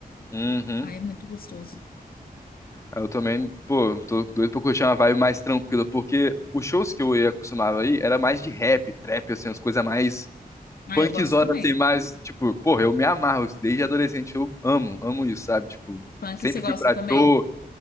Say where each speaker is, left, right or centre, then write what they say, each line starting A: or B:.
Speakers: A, on the left (about 20°); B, on the left (about 70°).
A: Uhum.
B: Ai, é muito gostoso.
A: Eu também, pô, tô doido pra curtir uma vibe mais tranquila, porque os shows que eu ia acostumava aí era mais de rap, trap, assim, as coisas mais
B: Ah,
A: punkzona,
B: eu gosto também.
A: assim, mais, tipo, porra, eu me amarro, desde adolescente eu amo, amo isso, sabe? Tipo,
B: Punk,
A: sempre
B: você gosta
A: fui pra
B: também?
A: show.